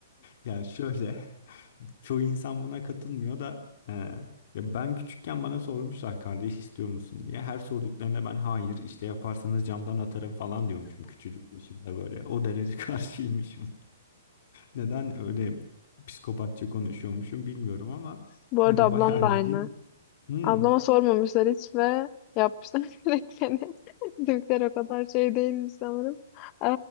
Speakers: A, on the left (about 55°); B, on the left (about 35°).
A: Yani şöyle, <laughs> çoğu insan buna katılmıyor da eee, ya ben küçükken bana sormuşlar kardeş istiyor musun diye. Her sorduklarında ben hayır işte yaparsanız camdan atarım falan diyormuşum. Küçücükmüşüm de böyle. O derece <laughs> karşıymışım. Neden öyle psikopatça konuşuyormuşum bilmiyorum ama
B: Bu
A: hani
B: arada ablam
A: bayağı
B: da aynı.
A: bildiğin Hmm,
B: Ablama sormamışlar hiç ve yapmışlar <laughs> direkt yani. Türkler o kadar şey değilmiş sanırım. Ee,